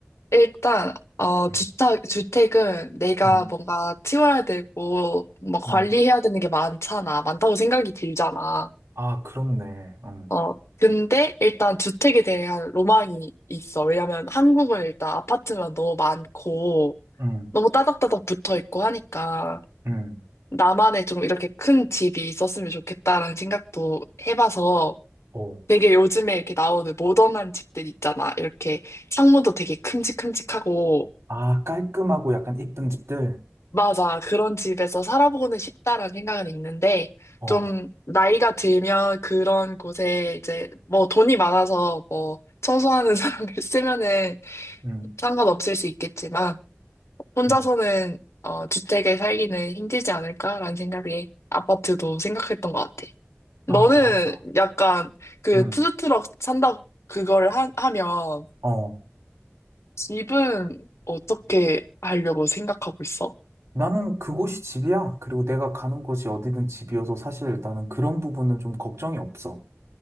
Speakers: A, on the left; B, on the right.
A: 일단, 어,
B: 응,
A: 주택, 주택은 내가
B: 응,
A: 뭔가 치워야 되고, 뭐 관리해야
B: 응.
A: 되는 게 많잖아. 많다고 생각이 들잖아.
B: 아, 그렇네. 응,
A: 어, 근데 일단 주택에 대한 로망이 있어. 왜냐면 한국은 일단 아파트만 너무 많고,
B: 응,
A: 너무 따닥따닥 붙어 있고 하니까,
B: 응.
A: 나만의 좀 이렇게 큰 집이 있었으면 좋겠다라는 생각도 해봐서,
B: 어.
A: 되게 요즘에 이렇게 나오는 모던한 집들 있잖아. 이렇게 창문도 되게 큼직큼직하고.
B: 아, 깔끔하고 약간 이쁜 집들.
A: 맞아. 그런 집에서 살아보고는 싶다라는 생각은 있는데,
B: 어,
A: 좀 나이가 들면 그런 곳에 이제 뭐 돈이 많아서 뭐 청소하는 <laughs> 사람을 쓰면은
B: 응,
A: 상관없을 수 있겠지만, 혼자서는
B: 응.
A: 어, 주택에 살기는 힘들지 않을까라는 생각에 아파트도 생각했던 것 같아. 너는
B: 아, 맞아.
A: 약간 그
B: 응.
A: 푸드트럭 산다 그걸 하, 하면
B: 어.
A: 집은 어떻게 하려고 생각하고 있어?
B: 나는 그곳이 집이야. 그리고 내가 가는 곳이 어디든 집이어서 사실 나는 그런 부분은 좀 걱정이 없어.